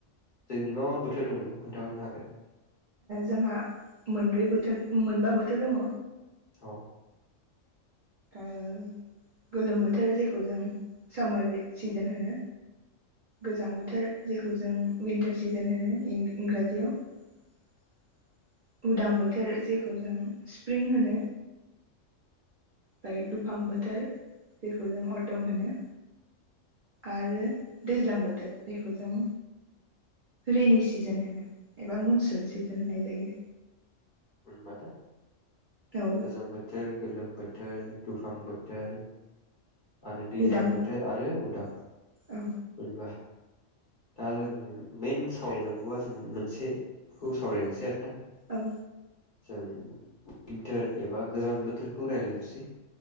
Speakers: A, on the left; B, on the right.
A: जोंनि मा मा बोथोर दं बेखौ खोन्थाहरनो हागोन?
B: जोंहा मोनब्रै बोथोर मोनबा बोथोर दङ'
A: औ।
B: उम गोलोम बोथोर जेखौ जों सामार बे सिजोन होनो गोजां बोथोर जेखौ जों विन्टार सिजोन होनो इंराजियाव उदां बोथोर जेखौ जों स्प्रिं होनो ओमाय दुफां बोथोर जेखौ जों अटम होनो आरो दैज्लां बोथोर जेखौ जों रेनि सिजोन होनो एबा मनसुन सिजोन होननाय जायो।
A: <unintelligible>
B: औ
A: गोजां बोथोर गोलोम बोथोर दुफां बोथोर आरो दैज्लां
B: उदां
A: बोथोर आरो उदां
B: औ
A: मोनबा। दा जों मेन सावरायनांगौआ जों मोनसेखौ सावरायनोसै आरोना।
B: औ।
A: जों उइन्थार एबा गोजां बोथोरखौ रायज्लायनोसै